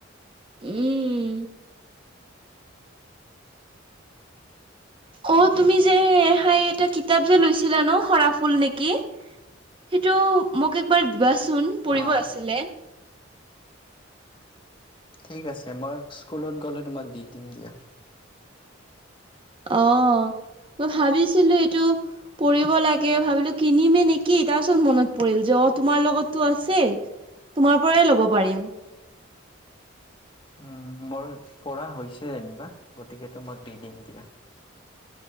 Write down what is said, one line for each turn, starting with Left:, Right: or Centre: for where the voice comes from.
Right: উম, অ', তুমি যে হাই এটা কিতাপ যে লৈছিলা ন সৰাফুল নেকি সেইটো, মোক একবাৰ দিবা চোন পঢ়িব
Left: অ'
Right: আছিলে।
Left: ঠিক আছে মই স্কুলত গলে তোমাক দি দিম দিয়া।
Right: অ', মই ভাবিছিলো এইটো পৰিব লাগে ভাবিলো কিনিমে নেকি তাৰপিছত মনত পৰিল যে অ', তোমাৰ লগতটো আছে তোমাৰ পৰাই ল'ব পাৰিম।
Left: উম, মোৰ পৰা হৈছে যেনিবা গতিকে তোমাক দি দিম দিয়া।